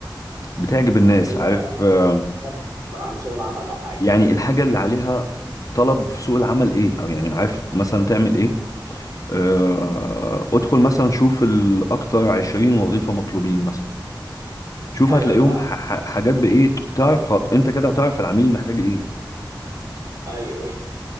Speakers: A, on the left (about 45°); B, on the right (about 50°).
A: بتعجب الناس
B: اللي
A: عارف
B: هي
A: آه،
B: أخدها أكتر عن سوق العمل او حاجة
A: يعني الحاجة اللي عليها طلب في سوق العمل ايه او يعني عارف مثلا تعمل ايه آه، ادخل مثلا شوف الاكتر 20 وظيفة مطلوبين مثلا شوف
B: ايوه
A: هتلاقيهم
B: فعلا
A: ح- ح- حاجات بايه تعرف خ- انت كده هتعرف العميل محتاج ايه
B: ايوه ايوه